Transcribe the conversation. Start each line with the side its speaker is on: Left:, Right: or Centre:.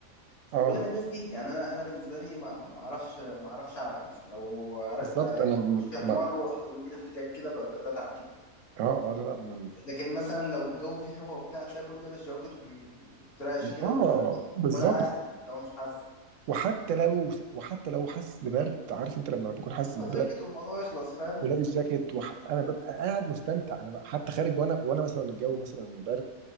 Right: اه
Left: وانا من الناس دي يعني انا انا بالنسبه لي ما ما ما اعرفش ما اعرفش اعرق مثلا لو عرقت
Right: بالظبط انا م-
Left: وشي احمر
Right: ما
Left: وهت- ويجي لي احتكاك كده ب- ب- بتعب جدا
Right: اه اه لا لا انا م-
Left: لكن مثلا لو الجو فيه هوا وبتاع تلاقي كله لابس جاكيت وبيترعش كده
Right: اه
Left: ومش عارف ايه
Right: بالظبط
Left: وانا قاعد هو مش حاسس
Right: وحتى لو وحتى لو حاسس ببرد عارف انت لما بكون حاسس
Left: هو
Right: ببرد
Left: جاكيت والموضوع يخلص فاهم
Right: ولابس جاكيت وح... انا ببقى قاعد مستمتع انا بقى حتى خارج وانا وانا مثلا الجو مثلا برد